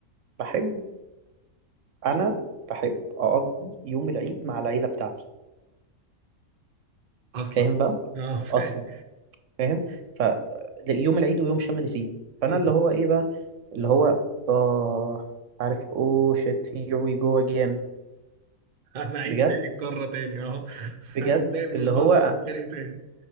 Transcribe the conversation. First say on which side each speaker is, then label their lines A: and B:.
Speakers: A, on the right; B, on the right.
A: بحب انا بحب اقضي يوم العيد مع العيله بتاعتي
B: اصلا
A: فاهم بقى
B: اه فاهم
A: اصلا فاهم ف يوم العيد ويوم شم النسيم فانا
B: <laughs>
A: اللي هو ايه بقى اللي هو اه عارف اوه شيت هير وي جو اجين
B: انا عيد
A: بجد
B: تاني الكرة تاني اهو <laughs>
A: بجد
B: هنتضايق من
A: اللي هو
B: بعض ونتخانق تاني